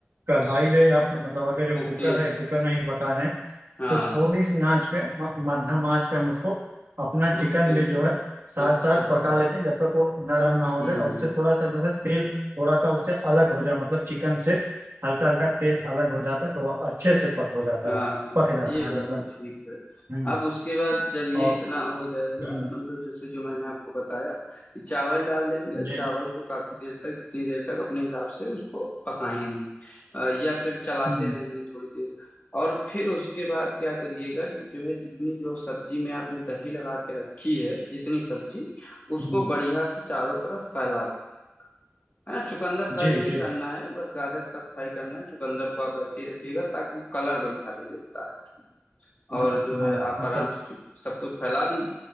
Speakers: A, on the right; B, on the left.
A: कढ़ाई ले या फिर मतलब अगर जो
B: ओके
A: कुकर है कुकर में ही पका रहे हैं
B: हाँ
A: तो थोड़ी सी आंच पे म- मध्यम आंच पे हम उसको अपना चिकन
B: ओके
A: भी जो है साथ
B: अच्छा
A: साथ
B: अच्छा
A: पका लेते हैं जब तक वो नरम ना हो
B: हम्म
A: जाए और उससे थोड़ा सा जो है तेल थोड़ा सा उससे अलग हो जाए मतलब चिकन से हल्का हल्का तेल अलग हो जाता है तो वह अच्छे से पक हो जाता
B: हाँ
A: है पक जाता
B: ये बात
A: है मतलब
B: तो ठीक है
A: हम्म
B: अब उसके बाद जब ये
A: और
B: इतना हो जाएगा
A: हम्म
B: मतलब जैसे जो मैंने आपको बताया कि चावल डाल देंगे और
A: जी
B: चावल को काफी देर तक जितनी देर तक अपने हिसाब से उसको पकाएंगे अ, या फिर चलाते
A: हम्म
B: रहेंगे थोड़ी देर और फिर उसके बाद क्या करिएगा कि जो है जितनी जो सब्जी में आपने दही लगा के रखी है जितनी सब्जी उसको
A: हम्म,
B: बढ़िया से चारों तरफ फैला दीजिए है ना चुकंदर फ्राई
A: जी
B: नहीं
A: जी
B: करना है बस गाजर तक फ्राई करना है चुकंदर को आप ऐसे ही रखिएगा ताकि वो कलर बढ़िया दे देता है उसमें
A: मत,
B: और जो
A: हाँ
B: है आप
A: मतलब
B: आराम से चु- सब कुछ फैला दीजिए